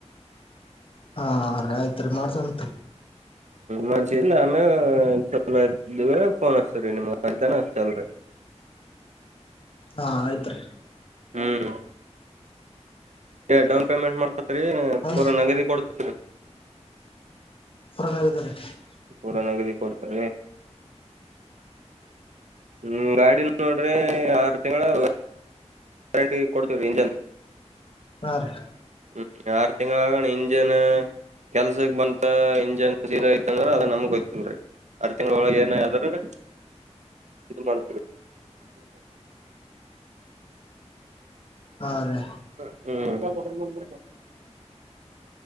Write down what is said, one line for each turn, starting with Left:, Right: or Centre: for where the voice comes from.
Left: ಹಾ ಆಯ್ತ್ರಿ ಮಾಡ್ಸತ್ರಿ.
Right: ಮಾಡ್ಸಿದ ಆಮ್ಲೆ ಫೋನ್ ಹಚ್ತ್ರೀ ನಿಮ್ ಮಧ್ಯಾಹನ ಹತಲ್ರಿ.
Left: ಹಾ ಆಯ್ತ್ರಿ.
Right: ಹ್ಮ್ ಡೌನ್ ಪೇಮೆಂಟ್ ಮಾಡ್ತತ್ರಿ
Left: ಹಾ
Right: ಪೂರ ನಗದಿ ಕೊಡ್ <inaudible>
Left: <unintelligible>
Right: ಪೂರ ನಗದ ಕೊಡ್ತಿನಿ. <inaudible> ಹ್ಮ ಗಾಡಿನ ನೋಡ್ರಿ ಆರು ತಿಂಗಳ್ ಕರೆಂಟಿಗೆ ಕೊಡ್ತೀವಿ ರೀ ಇಂಜನ್.
Left: ಹಾ ರೀ.
Right: ಹ್ಮ್ ಆರ್ ತಿಂಗ ಆಗಣ ಇಂಜಿನ್. ಕೆಲ್ಸಕ್ ಬಂತ ಇಂಜನ್ ಸೀರಾ ಐತ್ ಅಂದ್ರ ಅದ ನಮಗೋಯ್ತಿಲ್ರರಿ. ಅರ್ ತಿಂಗಳ್ ಒಳಗೆ ಏನೇದ್ರೂನು ಇ ಮಾಡ
Left: ಹಾ ರ
Right: ಹ್ಮ